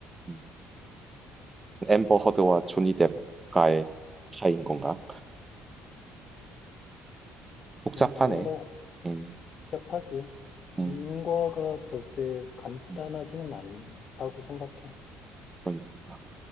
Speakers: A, on the right; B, on the left.
A: 음. 앰버 허드와 조니 뎁과의 차이인 건가? 복잡하네.
B: 난 그런 거
A: 음,
B: 복잡하지.
A: 음,
B: 인과가 절대 간단하지는
A: 음,
B: 않다고 생각해.
A: 그러니까.